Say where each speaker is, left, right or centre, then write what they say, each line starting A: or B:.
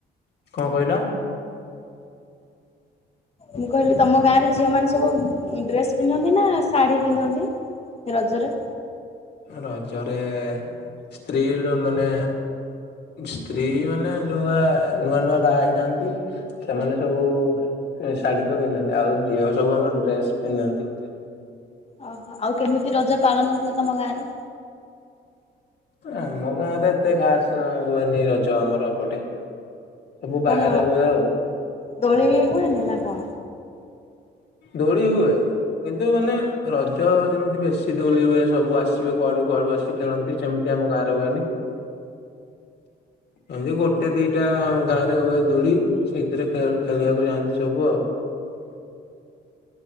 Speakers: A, on the left (about 60°); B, on the left (about 30°).
A: କଣ କହିଲ?
B: ମୁଁ କହିଲି ତମ ଗାଁ ରେ ଝିଅ ମାନେ ସବୁ ଡ୍ରେସ୍ ପିନ୍ଧନ୍ତି ନା ଶାଢୀ ପିନ୍ଧନ୍ତି ରଜରେ
A: ରଜରେ ସ୍ତ୍ରୀ ମାନେ ସ୍ତ୍ରୀ ମାନେ ଯୋଉଆ ନୂଆ ନୂଆ ଗା ହେଇଥାନ୍ତି ସେମାନେ ସବୁ ଶାଢୀ ତ ପିନ୍ଧନ୍ତି ଆଉ ଝିଅ ସବୁ ଆମ ଡ୍ରେସ୍ ପିନ୍ଧନ୍ତି
B: ଓହୋ ଆଉ କେମିତି ରଜ ପାଳନ ହୁଏ ତମ ଗାଁ ରେ
A: ଆମ ଗାଁରେ ଏତେ ଖାସ ହୁଏନି ରଜ ଆମର ଏପଟେ ସବୁ ବାହାରେ
B: କଣ
A: ହୁଏ ଆଉ
B: ଦୋଳି ବି ହୁଏନି ନା କଣ?
A: ଦୋଳି ହୁଏ କିନ୍ତୁ ମାନେ ରଜ ଯେମିତି ବେଶୀ ଦୋଳି ହୁଏ ସବୁ ଆସିବ କୁଡ଼ ୁଳୁ ଆସି ଖେଳନ୍ତି ସେମିତି ଆମ ଗାଁରେ ହୁଏନି ଏମତି ଗୋଟେ ଦିଟା ଗାଁ ରେ ହୁଏ ଦୂଳି ସେଇଥିରେ ଖେଳିବାକୁ ଯାଆନ୍ତି ସବୁ ଆଉ